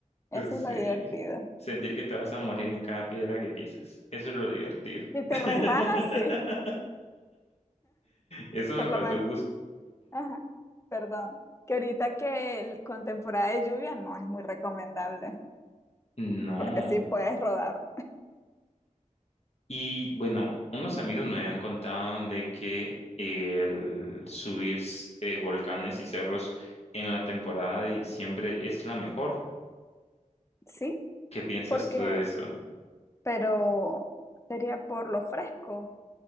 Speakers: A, on the left; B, on the left.
A: Eso
B: Sí.
A: es lo divertido.
B: Sentir que te vas a morir en cada piedra que pisas. Eso es lo divertido.
A: Si te
B: <laughs>
A: resbalas, sí,
B: Eso me
A: por lo
B: pasó.
A: menos.
B: gus-
A: Ajá, perdón. Que ahorita que el- con temporada de lluvia no es muy recomendable,
B: No.
A: porque sí puedes rodar,
B: Y bueno, unos amigos me habían contado de que el subir s- eh, volcanes y cerros en la temporada de diciembre es la mejor.
A: sí,
B: ¿Qué piensas
A: porque,
B: tú de eso?
A: pero sería por lo fresco.